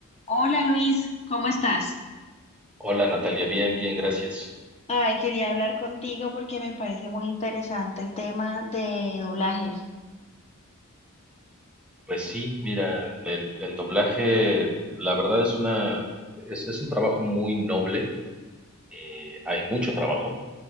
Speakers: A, on the left; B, in the centre.
A: Hola Luis, ¿cómo estás?
B: Hola Natalia, bien, bien, gracias.
A: Ay, quería hablar contigo porque me parece muy interesante el tema de doblajes.
B: Pues sí, mira, el, el doblaje, la verdad es una, es, es un trabajo muy noble, eh, hay mucho trabajo,